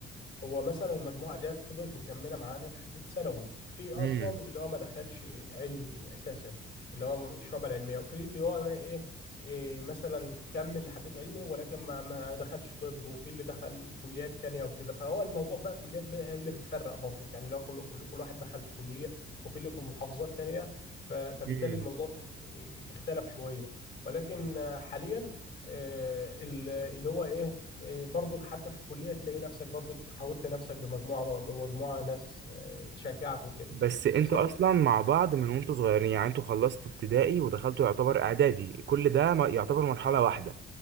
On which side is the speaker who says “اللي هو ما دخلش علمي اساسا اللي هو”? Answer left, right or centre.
Left